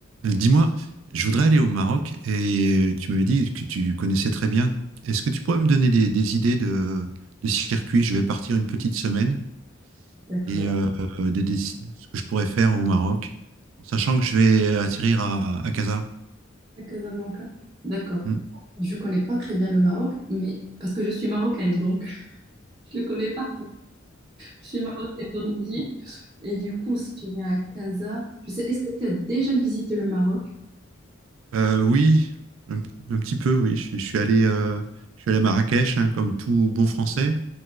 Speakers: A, on the right; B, on the right.
A: Euh, Dis-moi, je voudrais aller au Maroc et euh, tu m'avais dit que tu connaissais très bien. Est-ce que tu pourrais me donner des, des idées de, de circuits? Je vais partir une petite semaine
B: D'accord.
A: et euh, euh, des, des- ce que je pourrais faire au Maroc, en sachant que je vais atterrir à, à Casa.
B: À Casablanca. D'accord.
A: Hmm.
B: Je connais pas très bien le Maroc, mais parce que je suis marocaine, donc <laughs> je le connais pas. Je suis marocaine d'origine. Et du coup, si tu viens à Casa, je sais, est-ce que tu as déjà visité le Maroc?
A: Euh, oui, un, un petit peu, oui. Je, je suis allé, euh, je suis allé à Marrakech, hein, comme tout bon Français.